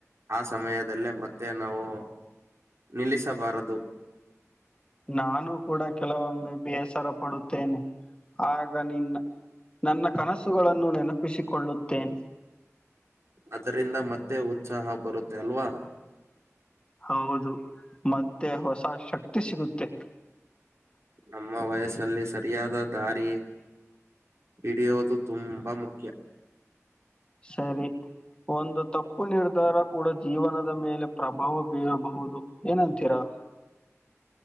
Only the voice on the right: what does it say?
ಆ ಸಮಯದಲ್ಲೇ ಮತ್ತೆ ನಾವು ನಿಲ್ಲಿಸಬಾರದು.
ಅದರಿಂದ ಮತ್ತೆ ಉತ್ಸಾಹ ಬರುತ್ತೆ ಅಲ್ವಾ
ನಮ್ಮ ವಯಸ್ಸಲ್ಲಿ ಸರಿಯಾದ ದಾರಿ ಹಿಡಿಯೋದು ತುಂಬಾ ಮುಖ್ಯ <inaudible>